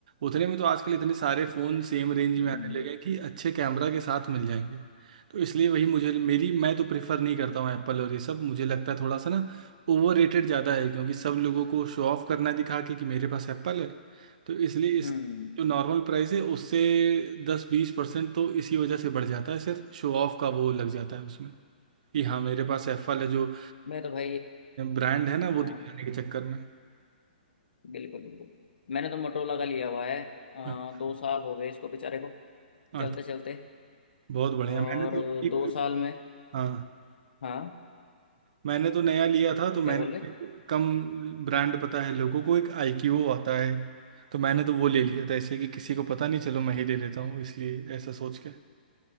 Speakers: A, on the right (about 45°); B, on the left (about 70°).
A: उतने में तो आजकल इतने सारे फ़ोन सेम रेंज
B: हम्म
A: में आने लगे हैं कि अच्छे कैमरा के साथ मिल जाएंगे तो इसलिए वही मुझे मेरी मैं तो प्रेफर नहीं करता हूँ एप्पल और ये सब मुझे लगता है थोड़ा सा ना ओवर रेटेड ज़्यादा है क्योंकि सब लोगों को शो ऑफ करना है दिखा के कि मेरे पास एप्पल है तो इसलिए इस
B: हम्म
A: जो नॉर्मल प्राइस है उससे दस बीस परसेंट तो इसी वजह से बढ़ जाता है सिर्फ शो ऑफ का वो लग जाता है उसमें कि हाँ मेरे पास एफएल है जो
B: मैं तो भाई
A: ब्रांड है ना
B: हाँ
A: वो दिखाने के चक्कर में
B: बिल्कुल बिल्कुल मैंने तो मोटरोला का लिया हुआ है आ,
A: अच्छा
B: दो साल हो गए इसको बेचारे को
A: हाँ,
B: चलते चलते
A: बहुत बढ़िया
B: और
A: मैंने तो एक
B: दो साल में
A: हाँ
B: हाँ
A: मैंने तो नया लिया था तो मैंने
B: क्या बोल रहे
A: कम ब्रांड पता है लोगों को एक आईक्यू आता है तो मैंने तो वो ले लिया था ऐसे कि किसी को पता नहीं चलो मैं ही ले लेता हूँ इसलिए ऐसा सोच के